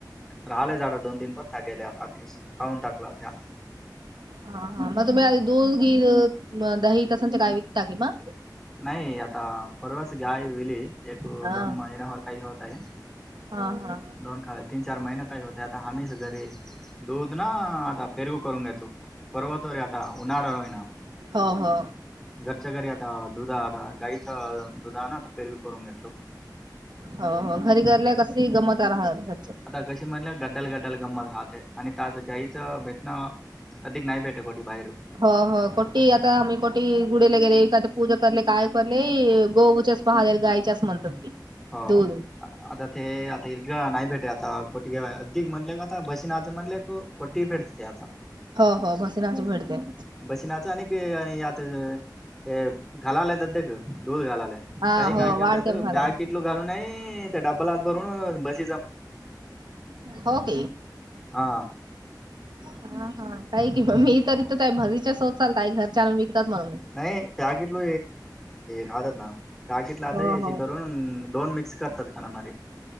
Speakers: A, in the centre; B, on the right.
A: राहिलेय झाड दोन तीन पर त्या गेले आताखेस. खाऊून टाकला त्या
B: हा हा मग तुम्ही आ दूध गी दही तसंचे काय विकता कि म
A: नाही आता परवाच गाय विली. एक
B: हा
A: दोन महिन्यावर काही खावत आहे
B: हा हा
A: दोन खायच. तीन चार महिना काय होते आता हममीच घरे. दूध ना आता पेरगू करून घ्याेतो पर्वतवर आता उन्हाळाईना.
B: हो ह.
A: घरच्या घरी आता दुधा आता गाईचं दुधा ना आता फेरवी करूून घटल.
B: हो हो घरी घल्या कसे गमत राहात घरचे.
A: आता कशी म्हणल्या गड्ड्याल गड्ड्याल गंमत राहते आणि त्याच गाईचं भेटणं. अधिक नाही भेटे कोठी बाहेर
B: हो हो कोटी आता आम्ही कोटी गुडला गेले का पूजा करले काय करले गो. पहाद गायचे असं म्हणतात की
A: हो
B: दूध
A: आता ते आता इर्ग नाही भेटे आता कोटीे अधिक म्हणले का? ता बसनं म्हणले क कोटी फेडते ते आता
B: हो हो भसनाची भरते.
A: बशीिनाच आणिक आणि आत हे घालालाय सध्याक दूध घालालाय.
B: हा
A: तई काय
B: हो
A: करतात
B: वाढक्या भागाचे
A: पॅकिटलू घालूनय तर डब्बल हात भरून बस
B: होग
A: हा
B: हा हा काही कि म मी तररीथ भरीच्या शोध चालता घरच्या आणून विकतात म्हणून
A: नाही पॅकेटल खात ना पॅकेटलाहता
B: हो
A: अ
B: हो
A: करून दोन मिक्स करतात काना म